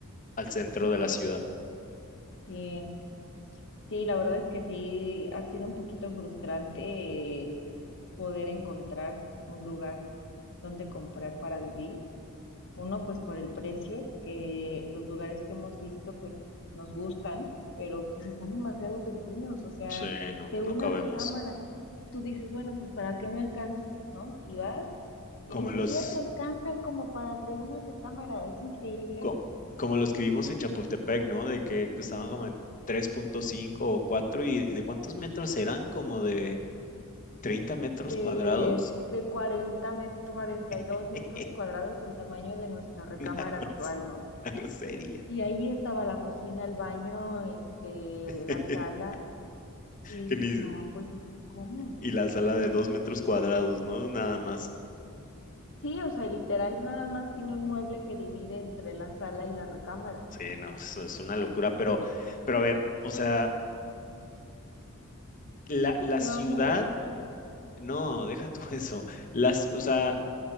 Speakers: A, on the left; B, on the left.
A: al centro de la ciudad.
B: Sí, sí, la verdad es que sí ha sido un poquito frustrante el poder encontrar un lugar donde comprar para vivir Uno, pues por el precio, que los lugares que hemos visto, pues nos gustan, pero pues están demasiado pequeños, o sea,
A: Sí, no,
B: de una
A: no cabemos.
B: recámara, tú dices, bueno, pues ¿para qué me alcanza? ¿No? Y vas, y
A: Como
B: ni siquiera
A: los,
B: te alcanza como para el de una recámara, es increíble,
A: co- como, los que vimos en Chapultepec, ¿no? De que estaban como en tres punto cinco o 4 y ¿de cuántos metros eran? Como de 30 metros
B: de,
A: cuadrados.
B: de cuarenta met- 42
A: <laughs>
B: metros cuadrados del tamaño de nuestra recámara
A: Una, gros-
B: actual, ¿no?
A: una grosería.
B: Y ahí estaba la cocina, el baño, este,
A: <laughs>
B: la sala, y
A: Que
B: dices,
A: ni-
B: no, pues es que, ¿cómo?
A: y la sala de 2 metros cuadrados, ¿no? Nada más.
B: Sí, o sea, literal nada más tiene un mueble que divide entre la sala y la recámara.
A: Sí, no, eso es una locura, pero, pero a ver, o sea, la, la
B: ¿Qué
A: ciudad,
B: vamos a hacer?
A: no, deja tú <laughs> eso, las, o sea,